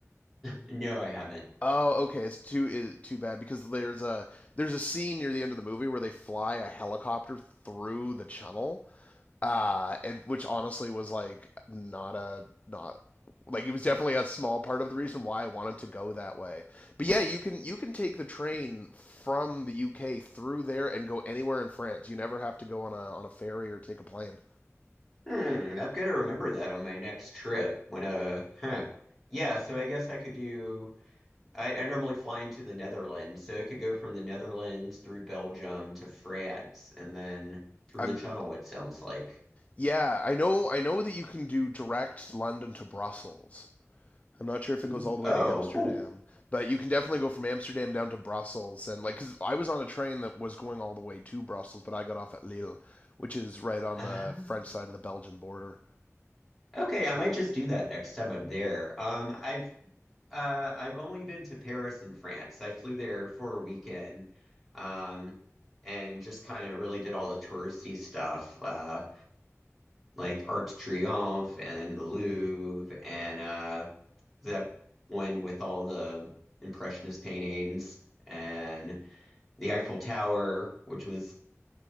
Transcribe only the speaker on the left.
Oh, okay. It's too is too bad because there's a there's a scene near the end of the movie where they fly a helicopter through the channel, uh, and which honestly was like not a not like it was definitely a small part of the reason why I wanted to go that way. But yeah, you can you can take the train from the UK through there and go anywhere in France. You never have to go on a on a ferry or take a plane.
I'm
yeah, I know I know that you can do direct London to Brussels. I'm not sure if it
goes all the way
to Amsterdam,
but you can definitely go from Amsterdam down to Brussels. And like, cause I was on a train that was going all the way to Brussels, but I got off at Lille, which is right on
the French side of the Belgian border.
hmm